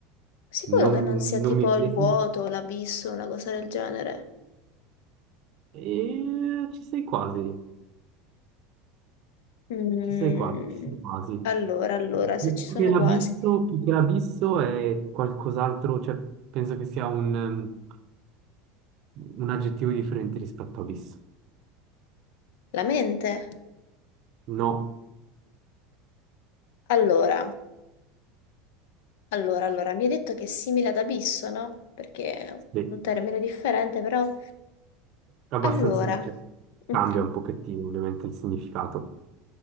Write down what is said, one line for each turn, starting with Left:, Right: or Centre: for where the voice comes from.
Left: Sicuro
Right: Non,
Left: che non sia tipo
Right: non mi vedi?
Left: il vuoto, l'abisso, una cosa del genere.
Right: E ci sei quasi,
Left: Mm,
Right: ci sei quasi, ci sei quasi.
Left: Allora, allora, se
Right: Più
Left: ci sono
Right: che l'abisso,
Left: quasi.
Right: più che l'abisso è qualcos'altro, cioè penso che sia un, um, un aggettivo differente rispetto a abisso.
Left: La mente?
Right: No,
Left: Allora, allora, allora, mi hai detto che è simile ad abisso, no? Perché è
Right: beh,
Left: un termine differente, però...
Right: abbastanza,
Left: Allora,
Right: cioè,
Left: mm,
Right: cambia un pochettino ovviamente il significato.